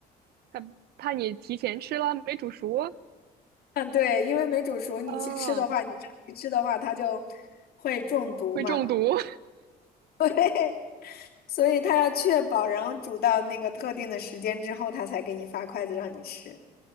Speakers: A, on the right; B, on the left.
A: 他怕你提前吃了没煮熟，
B: 嗯，对，因为没煮熟，你去吃的话，
A: 哦，
B: 你长期吃的话，它就会中毒嘛。
A: 会中毒
B: <laughs> 对，所以他要确保，然后煮到那个特定的时间之后，他才给你发筷子让你吃。